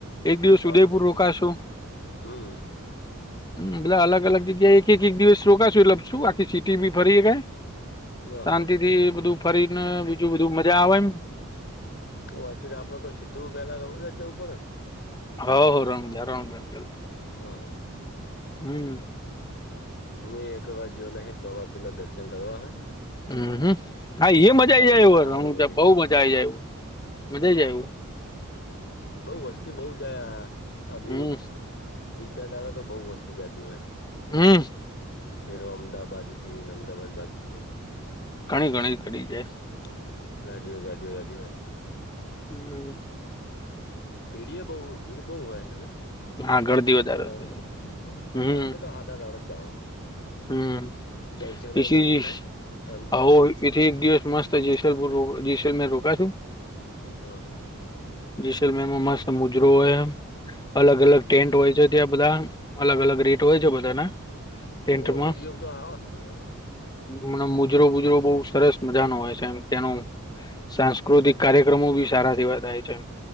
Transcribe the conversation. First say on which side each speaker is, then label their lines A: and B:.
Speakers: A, on the left (about 20°); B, on the left (about 50°).
A: એક દિવસ
B: શાંતિથી
A: ઉદયપુર રોકાશું.
B: હમ
A: હમ બટલે અલગ અલગ જગ્યાએ એક એક એક દિવસ રોકાશું એટલે છું આખી સીટી બી ભરીને
B: હા
A: શાંતિ
B: હા
A: થી બધું ફરીને બીજું બધું મજા આવે એમ.
B: ઓ વાચી આપલા તો સિ્ધુ બેલા <unintelligible> જઉ પડ ને.
A: હ હો <inaudible>
B: હા
A: હમ
B: હું એક વાર જયો નહી <inaudible> રોમાપીરના દર્શન કરવાહ
A: હમ હ એ મજા આઈ જાય
B: ગયો તો સારું વળી
A: <inaudible> બહું મજા
B: હા
A: આઈ જાય. મજાય
B: હમ
A: આઇય આઇ
B: હમ બઉ વસ્તી બહું <inaudible> ત્યાં
A: હમ
B: ડાળા તો બહુ વસ્તી જાતી હોય.
A: હા
B: ફેરો અમદા બાજુથી ને અમદાવાાદ બાજુ થઈ ને.
A: ઘણી ઘણી. કરી જાય
B: હ ગાડીઓ ગાડીઓ <inaudible> હો
A: હમ
B: પીઢી એ બહુ ભીડ બહુ હોય હને.
A: હા ગળદી વધારે
B: <inaudible>
A: હોય ત્યારે. હમ
B: આપે તો હાદા <inaudible> જ જવાનું
A: હમ
B: દર્શન
A: પસી
B: એ મસ્ત થાય શાંતિથી
A: આવો એથી એક દિવસ મસ્ત. જયસલપુર જયસમેર રોકાશું
B: હા
A: જસેલમેનમાં મસ્ત મુજરો હોય અલગ અલગ ટેન્ટ હોય છે ત્યાં બધા. અલગ અલગ રેટ હોય છે બધાના ટેન્ટમાં
B: ઓ વિડીયો તો આવહને.
A: મ મુજરો બુજરો બહુ સરસ મજાનો હોય છે એમ તેનો સાંસ્ કૃતિક કાર્યક્રમો બી સારા જેવા થાય છે.